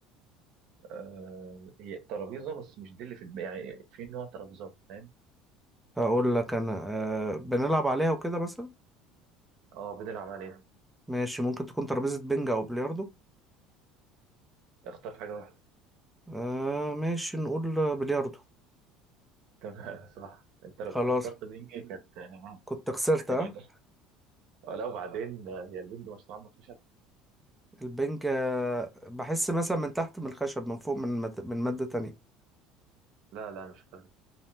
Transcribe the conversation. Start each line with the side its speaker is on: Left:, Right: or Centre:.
Right: آه هي ترابيزة بس مش دي اللي في دماغي يعني في نوع ترابيزات فاهم
Centre: هقول لك انا آه، بنلعب عليها وكده مثلا
Right: آه بنلعب عليها
Centre: ماشي ممكن تكون ترابيزة بنج او بلياردو
Right: اختار حاجة واحدة
Centre: آه، ماشي نقول بلياردو
Right: <laughs> تمام صح انت لو
Centre: خلاص
Right: كنت اخترت بنج كانت آه،
Centre: كنت خسرت
Right: هتبقى
Centre: ها
Right: آه، لا وبعدين آه، هي البنج مصنوعة من الخشب
Centre: البنج آه، بحس مثلا من تحت من الخشب من فوق من مد... من مادة تانية
Right: لا لا مش فاهم